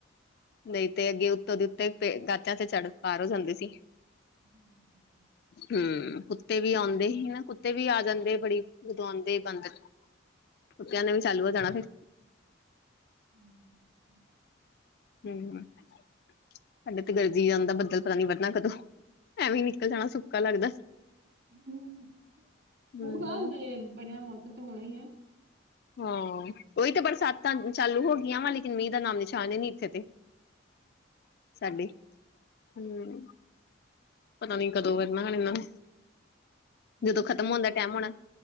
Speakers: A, on the left (about 50°); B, on the right (about 60°).
A: ਨਹੀਂ ਤੇ ਅੱਗੇ ਉੱਤੋਂ ਦੇ ਉੱਤੇ ਗਾਚਾਂ ਤੇ ਚੜ੍ਹ ਪਾਰ ਹੋ ਜਾਂਦੀ ਸੀ।
B: ਹੂੰ।
A: ਹੂੰ ਕੁੱਤੇ ਵੀ ਆਉਂਦੇ ਸੀ ਨਾ ਕੁੱਤੇ ਵੀ ਆ ਜਾਂਦੇ ਬੜੀ ਜਦੋਂ ਆਉਂਦੇ ਸੀ ਬਾਂਦਰ ਕੁੱਤਿਆਂ ਨੇ ਵੀ ਚਾਲੂ ਹੋ ਜਾਣਾ ਫਿਰ
B: ਹੂੰ <inaudible>
A: ਹੂੰ-ਹੂੰ ਸਾਡੇ ਤੇ ਗਰਜੀ ਜਾਂਦਾ ਬੱਦਲ ਪਤਾ ਨੀ ਵਰਨਾ ਕਦੋਂ ਐਵੇਂ ਨਿਕਲ ਜਾਣਾ ਸੁੱਕਾ ਲੱਗਦਾ।
B: ਹੂੰ
A: ਹੂੰ
B: ਹੋ ਗੱਲ ਜੇ ਬਣਿਆ ਮੌਸਮ ਤਾਂ ਹੋਣਾ ਹੀ ਆ।
A: ਹਾਂ ਉਹੀ ਤਾਂ ਬਰਸਾਤਾਂ ਚਾਲੂ ਹੋ ਗਈਆਂ ਵਾ ਲੇਕਿਨ ਮੀਂਹ ਦਾ ਨਾਮ ਨਿਸ਼ਾਨ ਨੀ ਇੱਥੇ ਤੇ ਸਾਡੇ ਹੂੰ ਪਤਾ ਨੀ ਕਦੋਂ ਵਰਨਾ ਐ ਇਹਨਾਂ ਨੇ ਜਦੋਂ
B: ਗਰਮੀ
A: ਖਤਮ
B: ਤਾਂ ਬਹੁਤ
A: ਹੋਣ
B: ਹੋਈ
A: ਦਾ ਟੈਮ
B: ਪਈ
A: ਹੋਣਾ।
B: ਹੈ